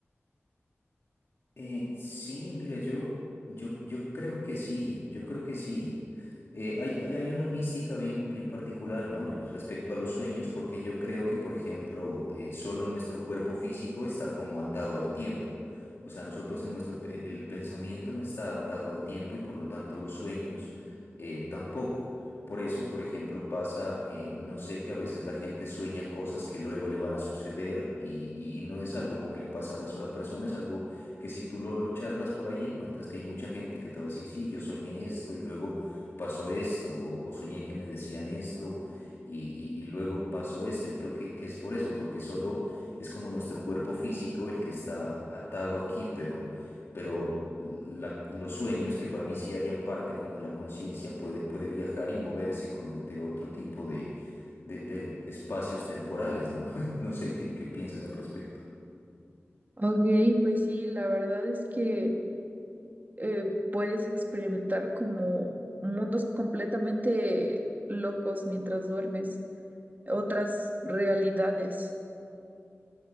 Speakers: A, on the left; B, on the right.
A: Eh, sí, mira, yo, yo, yo creo que sí, yo creo que sí. Eh, hay, hay hay una mística bien, bien particular, ¿no? Re- Respecto a los sueños, porque yo creo que, por ejemplo, eh, solo nuestro cuerpo físico está como atado al tiempo. O sea, nosotros en nuestro, pe- el pensamiento no está atado al tiempo y por lo tanto los sueños eh, tampoco. Por eso, por ejemplo, pasa, eh, no sé, que a veces la gente sueña cosas que luego le van a suceder y, y no es algo como que le pase a una sola persona, es algo que si tú lo, lo charlas por ahí encuentras que hay mucha gente que te va a decir, sí, yo soñé esto y luego pasó esto, o, o soñé que me decían esto y, y- y luego pasó esto. Y creo que, que es por eso, porque solo es como nuestro cuerpo físico el que está atado aquí, pero, pero la- los sueños, que para mí sí harían parte como de la conciencia, puede, puede viajar y moverse como entre otro tipo de... de- de espacios temporales, ¿no? <laughs> No sé qué, qué piensas al respecto.
B: Ok, pues sí, la verdad es que eh, puedes experimentar como mundos completamente locos mientras duermes, otras realidades,